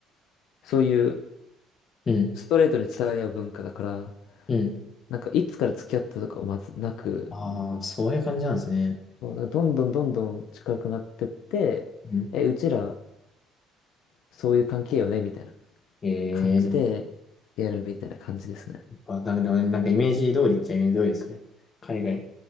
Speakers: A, on the left; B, on the left.
A: そういう
B: うん。うん。
A: ストレートに伝え合う文化だから、
B: うん。
A: なんかいつから付き合ったとかはまずなく、
B: ああ、そういう感じなんですね。
A: そう、なんかどんどんどんどん近くなってって、
B: うん
A: え、うちら、そういう関係よねみたいな
B: あええ
A: 感じで、やるみたいな感じですね。
B: あなんか、でもねなんかイメージ通りっちゃイメージ通りですね。海外。